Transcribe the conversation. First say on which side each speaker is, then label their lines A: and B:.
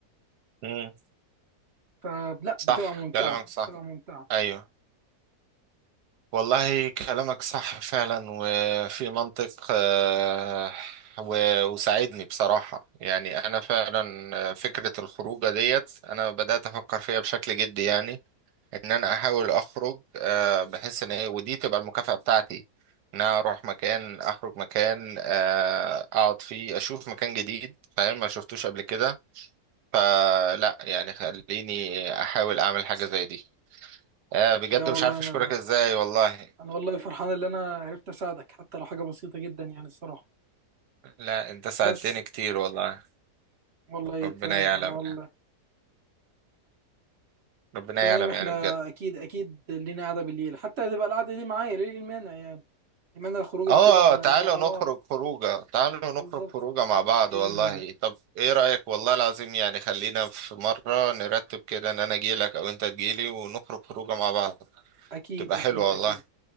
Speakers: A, on the right; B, on the right.
A: امم
B: فلا
A: صح
B: بتبقى ممتعة
A: كلامك صح
B: بتبقى ممتعة
A: ايوه والله كلامك صح فعلا وفي منطق آه و- وساعدني بصراحة يعني انا فعلا آه، فكرة الخروجة ديت انا بدأت افكر فيها بشكل جدي يعني ان انا احاول اخرج آه بحيث ان إيه- ودي تبقى المكافأة بتاعتي ان انا اروح مكان اخرج مكان آه اقعد فيه اشوف مكان جديد فاهم ما شفتوش قبل كده فلا يعني خليني احاول اعمل حاجة زي دي آه بجد
B: ده والله
A: مش عارف
B: أنا
A: اشكرك ازاي والله
B: أنا والله فرحان إن أنا عرفت أساعدك حتى لو حاجة بسيطة جدا يعني الصراحة
A: لا انت ساعدتني
B: بس
A: كتير والله
B: والله
A: ربنا
B: تمام
A: يعلم
B: أنا والله
A: يعني ربنا
B: تمام
A: يعلم
B: إحنا
A: يعني بجد
B: أكيد أكيد لينا قعدة بالليل حتى تبقى القعدة دي معايا ليه المانع يعني المانع الخروج
A: اه
B: دي تبقى
A: آه، تعالوا
B: نبقى مع
A: نخرج
B: بعض
A: خروجه تعالوا نخرج
B: بالظبط
A: خروجه مع بعض
B: إيه
A: والله
B: المانع
A: طب ايه رأيك والله العظيم يعني خلينا في مرة نرتب كده ان انا اجيلك او انت تجيلي ونخرج خروجه مع بعض
B: أكيد
A: تبقى
B: أكيد
A: حلوة
B: أكيد
A: والله